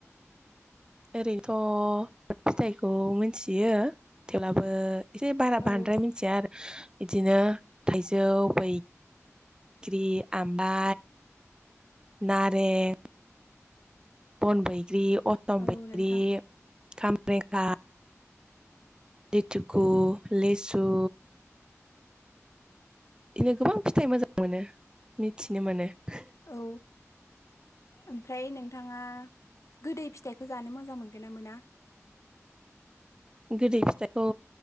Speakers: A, on the right (about 15°); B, on the left (about 75°).
A: ओरैनोथ फिथाइखौ मिथियो थेवब्लाबो एसे बारा
B: औ
A: बांद्राय मिथिया आरो बिदिनो थाइजौ बैग्रि आमला नारें बन बैग्रि असम
B: औ
A: बैग्रि
B: नोंथां
A: खामरेगा लिटुकु लिसु इदिनो गोबां फिथाइ मोजां मोनो मिथिनो मोनो <inaudible>
B: औ ओमफ्राय नोंथाङा गोदै फिथाइखौ जानो मोजां मोनगोना मोना
A: गोदै फिथाइखौ